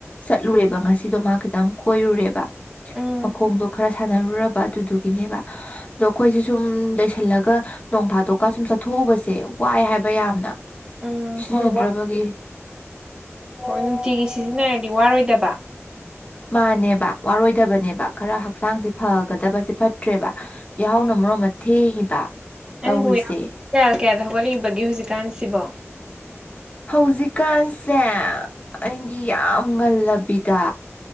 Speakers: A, on the left; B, on the right.
A: ꯆꯠꯂꯨꯔꯦꯕ ꯉꯁꯤꯗꯣ ꯃꯥ ꯈꯤꯇꯪ ꯀꯣꯏꯔꯨꯔꯦꯕ
B: ꯎꯝ
A: ꯃꯈꯣꯡꯗꯣ ꯈꯔ ꯁꯥꯟꯅꯔꯨꯔꯕ ꯑꯗꯨꯗꯨꯒꯤ ꯒꯤꯅꯦꯕ ꯑꯗꯣ ꯑꯩꯈꯣꯏꯁꯦ ꯁꯨꯝ ꯂꯩꯁꯤꯜꯂꯒ ꯅꯣꯡ ꯐꯥꯗꯣꯛꯀ ꯁꯨꯝ ꯆꯠꯊꯣꯛꯎꯕꯁꯦ ꯋꯥꯏ ꯍꯥꯏꯕ ꯌꯥꯝꯅ
B: ꯎꯝ
A: ꯁꯤꯖꯤꯟꯅꯗ꯭ꯔꯕꯒꯤ
B: ꯍꯣꯏ ꯍꯣꯏ ꯅꯨꯡꯇꯤꯒꯤ ꯁꯤꯖꯤꯟꯅꯔꯗꯤ ꯋꯥꯔꯣꯏꯗꯕ
A: ꯃꯥꯅꯦꯕ ꯋꯥꯔꯣꯏꯗꯕꯅꯦꯕ ꯈꯔ ꯍꯛꯆꯥꯡꯁꯦ ꯐꯒꯗꯕꯁꯦ ꯐꯠ ꯇ꯭ꯔꯦꯕ ꯌꯥꯍꯧꯅ
B: ꯎꯝ
A: ꯃꯔꯣꯟ ꯑꯃ ꯊꯦꯡꯉꯤꯕ
B: ꯅꯪꯕꯨ
A: ꯇꯧꯔꯤꯁꯦ
B: ꯌꯥꯝ ꯀꯌꯥ ꯀꯌꯥꯗ ꯍꯧꯒꯠꯂꯛꯏꯕꯒꯦ ꯍꯧꯖꯤꯛꯀꯥꯟꯁꯤꯕꯣ
A: ꯍꯧꯖꯤꯛꯀꯥꯟꯁꯦ ꯑꯩꯒꯤ ꯌꯥꯝ ꯉꯜꯂꯕꯤꯗ